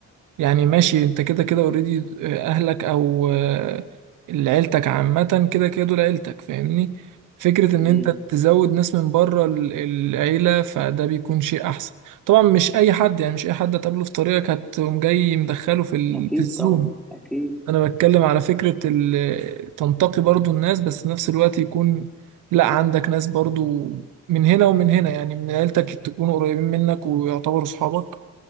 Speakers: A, on the right; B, in the centre.
A: يعني ماشي انت كده كده اوريدي اهلك او آه، عيلتك عامة كده كده دول عيلتك فاهمني فكرة ان
B: مم.
A: انت تزود ناس من بره ال- العيلة فده بيكون شيء احسن طبعا مش اي حد يعني مش اي حد هتقابله في طريقك هتقوم جاي مدخله في ال...
B: اكيد
A: في الزوم
B: طبعا اكيد
A: انا بتكلم على فكرة ال... تنتقي برضو الناس بس في نفس الوقت يكون لا عندك ناس برضو من هنا ومن هنا يعني من عيلتك تكونوا قريبين منك ويعتبروا صحابك